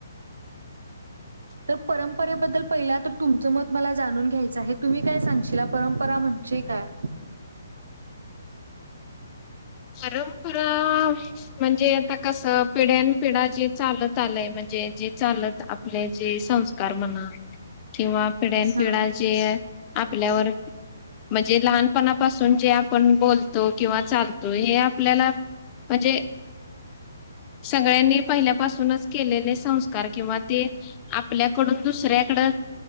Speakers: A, on the left; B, on the right.
A: <unintelligible>
B: तर परंपरेबद्दल पहिला तर तुमचं मत मला जाणून घ्यायचं आहे तुम्ही काय सांगशील परंपरा म्हणजे काय
A: परंपरा म्हणजे आता कस पिढ्यान पिढा जे चालत आलाय म्हणजे जे चालत आप जे संस्कार म्हणा किंवा पिढ्यान पिढ्या
B: हा.
A: जे आपल्यावर म्हणजे लहानपणापासून जे आपण बोलतो किंवा चालतो त हे आपल्याला म्हणजे सगळ्यांनी पहिल्यापासूनच केलेले संस्कार किंवा ते आपल्याकडून दुसऱ्याकडं